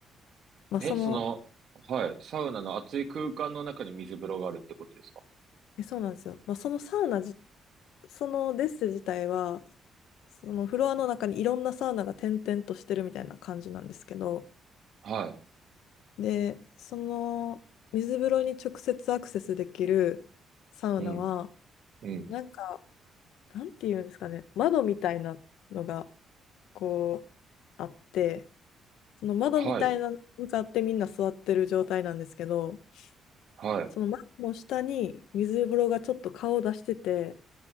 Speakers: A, on the left; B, on the right.
A: まあ、
B: え、
A: その、
B: その、はい、サウナの熱い空間の中に水風呂があるってことですか
A: えそうなんですよ。まあ、そのサウナ自そのデッセ自体は、そのフロアの中にいろんなサウナが点々としてるみたいな感じなんですけど、
B: は
A: で、その水風呂に直接アクセスできるサウナは、
B: い、うん、うん、
A: なんか、なんていうんですかね、窓みたいなのがこうあって、その窓みたいなのに向かってみんな座ってる状態なんですけど、
B: はい。はい。
A: その窓の下に水風呂がちょっと顔を出してて、